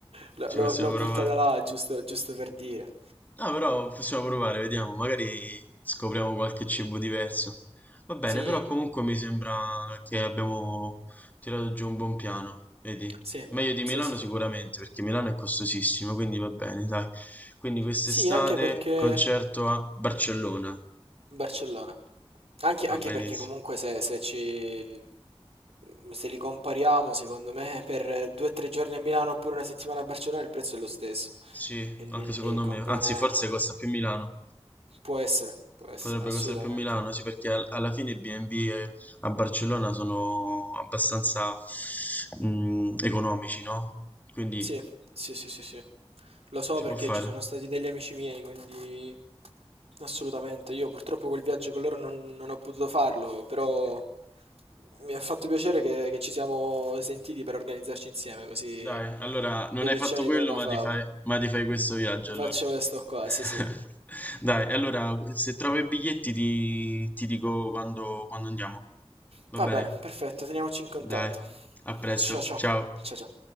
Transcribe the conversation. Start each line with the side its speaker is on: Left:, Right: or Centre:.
Right: l'ho
Left: Ci
Right: l'ho-
Left: possiamo
Right: l'ho buttata
Left: provare.
Right: là giusto, giusto per dire.
Left: No, però possiamo provare, vediamo. Magari scopriamo qualche cibo diverso. Va bene,
Right: Sì,
Left: però comunque mi sembra che abbiamo tirato giù un buon piano. Vedi?
Right: sì,
Left: Meglio di
Right: sì,
Left: Milano
Right: sì, sì.
Left: sicuramente, perché Milano è costosissimo, quindi va bene, dai. Quindi quest'estate
Right: Sì, anche perché
Left: concerto a Barcellona.
Right: Barcellona. Anche, anche
Left: Va benissimo.
Right: perché comunque se, se ci... mm, se li compariamo, secondo me, <laughs> per due o tre giorni a Milano oppure una settimana a Barcellona il prezzo è lo stesso.
Left: Sì,
Right: Quindi
Left: anche secondo
Right: conviene...
Left: me. Anzi, forse costa più Milano.
Right: Può essere, può essere,
Left: Potrebbe
Right: assolutamente.
Left: costare più Milano, sì, perché al- alla fine i B&B e- B e- a Barcellona sono abbastanza mm, economici, no? Quindi
Right: Sì, sì, sì, sì, sì. Lo so
Left: si
Right: perché
Left: può fare.
Right: ci sono stati degli amici miei, quindi assolutamente. Io purtroppo quel viaggio con loro non, non ho potuto farlo, però mi ha fatto piacere che, che ci siamo sentiti per organizzarci insieme, così
Left: Dai, allora non
Right: due
Left: hai
Right: piccioni
Left: fatto quello,
Right: con una
Left: ma
Right: fava.
Left: ti fai, ma ti fai questo viaggio
Right: Mi faccio
Left: allora.
Right: questo qua,
Left: <laughs>
Right: sì, sì.
Left: Dai, allora se trovo i biglietti ti, ti dico quando quando andiamo. Va
Right: Va
Left: bene?
Right: bene, perfetto, teniamoci in contatto.
Left: Dai, a presto,
Right: Ciao ciao,
Left: ciao.
Right: ciao ciao.